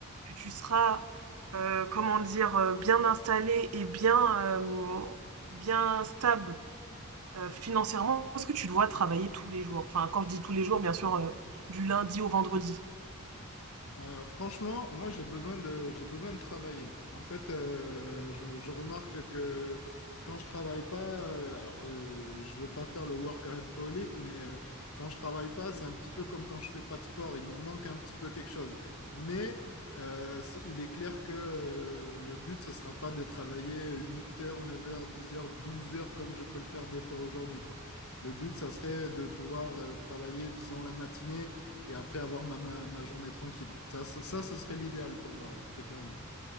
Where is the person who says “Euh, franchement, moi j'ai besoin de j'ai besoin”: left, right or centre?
Left